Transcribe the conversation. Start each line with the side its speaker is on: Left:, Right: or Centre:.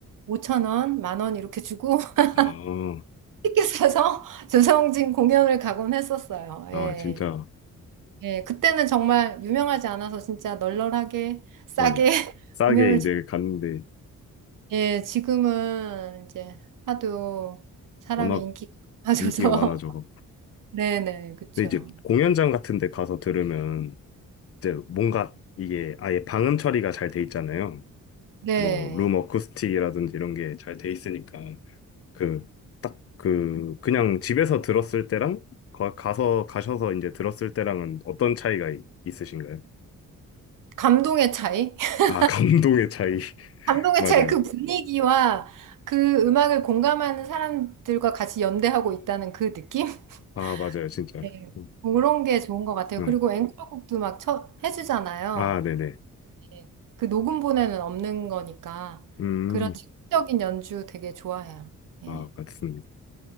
Right: 5천 원, 만원 이렇게 주고 <laughs>
Left: 아,
Right: 티켓 사서 <laughs> 조성진 공연을 가곤 했었어요.
Left: 아,
Right: 예.
Left: 진짜.
Right: 예, 그때는 정말 유명하지 않아서 진짜 널널하게 싸게
Left: 맞아요.
Right: <laughs>
Left: 싸게
Right: 공연을
Left: 이제 갔는데
Right: 예, 지금은 이제 하도 사람이
Left: 워낙
Right: 인기가 많아져서.
Left: 인기가 많아져갖고.
Right: <laughs> 네네, 그쵸.
Left: 근데 이제 공연장 같은 데 가서 들으면 이제 뭔가 이게 아예 방음 처리가 잘 돼 있잖아요.
Right: 네.
Left: 뭐, 룸 어쿠스틱이라든지 이런 게 잘 돼 있으니까 그, 딱 그, 그냥 집에서 들었을 때랑 거- 가서, 가셔서 이제 들었을 때랑은 어떤 차이가 이- 있으신가요?
Right: 감동의 차이? <laughs>
Left: 아, 감동의 차이. <laughs>
Right: 감동의
Left: 맞아요.
Right: 차이, 그 분위기와 그 음악을 공감하는 사람들과 같이 연대하고 있다는 그 느낌? <laughs>
Left: 아, 맞아요. 진짜.
Right: 네.
Left: 음,
Right: 그런 게 좋은 것 같아요.
Left: 네.
Right: 그리고 앵콜곡도 막 쳐, 해주잖아요.
Left: 아, 네네.
Right: 예. 그 녹음본에는 없는 거니까.
Left: 음,
Right: 그런 즉적인 연주 되게 좋아해요. 예.
Left: 아, 맞습니다.